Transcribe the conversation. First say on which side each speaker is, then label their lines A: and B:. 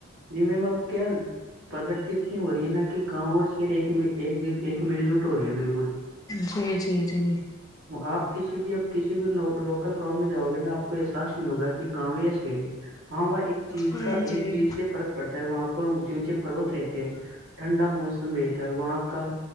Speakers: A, on the right; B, on the left.
A: جی میم اب کیا پرگتی اتنی ہو رہی ہے نا کہ گاؤں اور شہر ایک ایک <unintelligible> ایک مل جٹ ہو رہے ہیں بالکل
B: جی جی جی
A: آپ کسی بھی اب کسی بھی لوکل گاؤں میں جاؤ گے نا آپ احساس نہیں ہوگا کہ گاؤں یا شیر ہاں وہ ایک چیز
B: جی
A: کا ایک
B: جی
A: چیز سے فرق پڑتا ہے وہ <unintelligible> وہاں پر اونچے اونچے پ پروت رہتے ہیں ٹھنڈا موسم رہتا ہے وہاں کا